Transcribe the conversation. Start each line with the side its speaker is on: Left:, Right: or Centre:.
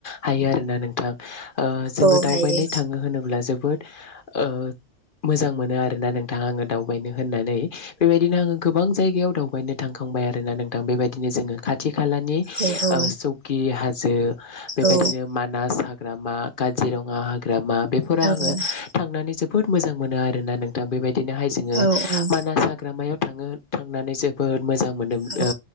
Left: हायो आरोना नों थां ओ जोङो
Right: औ
Left: दावबायनाय
Right: हायो
Left: थाङो होनोब्ला जोब बोद ओ मोजां मोनो आरोना नोंथां आङो दावबायनो होननानै। बेबायदिनो आङो गोबां जायगायाव दावबायनो थांखांबाय आरो ना नोंथां बेबायदिनो जोङो खाथि खालारनि
Right: औ औ
Left: ओ सकि हा जे ओ बेबायदिनो
Right: औ
Left: मानास हा ग्रामा काजिरङा हाग्रामा बेफोराव
Right: औ
Left: आङो थांनानै जोब बोद मोजां मोनो आरोना नोंथां बेबाद दिनोहाय जोङो
Right: औ औ
Left: मानास हाग्रामायाव थाङो थांनानै जोबोद मोजां मोनो ओ
Right: औ